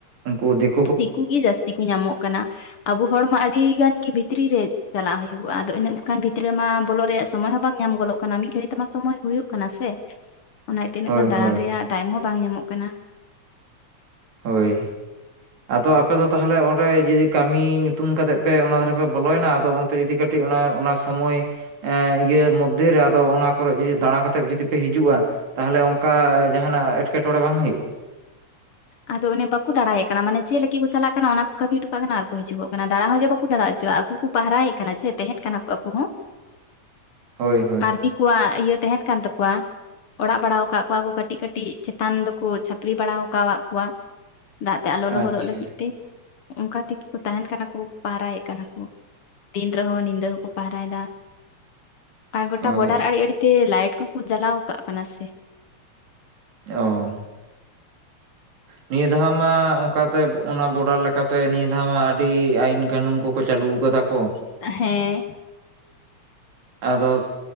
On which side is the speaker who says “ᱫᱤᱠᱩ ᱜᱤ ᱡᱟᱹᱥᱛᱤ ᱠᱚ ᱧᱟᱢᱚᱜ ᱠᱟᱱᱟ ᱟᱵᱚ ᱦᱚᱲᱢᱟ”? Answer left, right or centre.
Left